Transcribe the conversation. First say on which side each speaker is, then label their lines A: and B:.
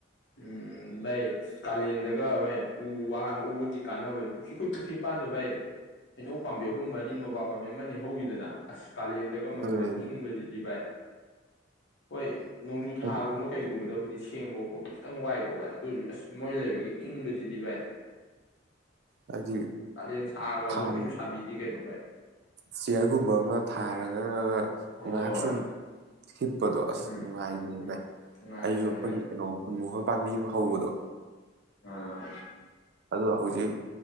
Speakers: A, on the left; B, on the right.
A: ꯎꯝ ꯚꯥꯏ ꯑꯁ ꯀꯥꯂꯦꯟꯗꯒ ꯚꯥꯏ ꯎ ꯋꯥ ꯍꯧꯕꯒꯤ ꯀꯥꯟꯅꯕ ꯄꯨꯈꯤ ꯑꯩꯈꯣꯏ ꯄꯨꯈ꯭ꯔꯤ ꯃꯄꯥꯟꯗꯣ ꯚꯥꯏ ꯍꯩꯅꯧ ꯄꯥꯝꯕꯤ ꯑꯍꯨꯝ ꯃꯔꯤ ꯅꯣꯕꯥꯞ ꯄꯥꯝꯕꯤ ꯑꯃꯅꯤ ꯍꯧꯋꯤꯗꯅ ꯑꯁ ꯀꯥꯂꯦꯟꯗꯒ ꯃꯗꯨꯗ
B: ꯎꯝ
A: ꯏꯪꯕꯖꯤꯗꯤ ꯚꯥꯏ ꯍꯣꯏ ꯅꯣꯡꯖꯨ
B: ꯍꯥꯏꯗꯤ
A: ꯊꯥꯒꯨꯝꯕ ꯀꯩꯒꯨꯝꯕꯗꯕꯨ ꯗꯤ ꯁꯦꯡꯕ ꯈꯣꯠꯄ ꯈꯤꯇꯪ ꯋꯥꯏꯀꯣ ꯚꯥꯏ ꯑꯗꯣꯏꯁꯨ ꯑꯁ ꯃꯣꯏ ꯂꯩꯕꯒꯤ ꯏꯪꯕꯖꯤꯗꯤ ꯚꯥꯏ
B: ꯍꯥꯏꯗꯤ
A: ꯀꯥꯂꯦꯟ ꯁꯥꯒꯔꯥꯕꯗꯣ
B: ꯐꯥꯟ
A: ꯀꯩꯁꯨ ꯁꯥꯕꯤꯗꯦ ꯀꯩꯅꯣꯚꯥꯏ
B: ꯆꯤꯌꯔꯒꯨꯝꯕ ꯑꯃ ꯊꯥꯔꯒꯒ
A: ꯍꯣꯏ
B: ꯉꯥꯍꯥꯛ ꯁꯨꯨꯝ ꯍꯤꯞꯄꯗꯣ ꯑꯁ
A: ꯎꯝ
B: ꯅꯨꯡꯉꯥꯏꯕꯅꯦ
A: ꯎꯝ
B: ꯚꯥꯏ
A: ꯅꯨꯡꯉꯥꯏꯕꯅꯤ
B: ꯑꯩꯖꯨ ꯑꯩꯈꯣꯏꯒꯤ
A: ꯚꯥꯏ
B: ꯀꯩꯅꯣ ꯒꯨꯟꯃꯣꯍꯣꯔ ꯄꯥꯝꯕꯤ ꯑꯃ ꯍꯧꯕꯗꯣ
A: ꯑꯥ
B: ꯑꯗꯨꯗꯣ ꯍꯧꯖꯤꯛ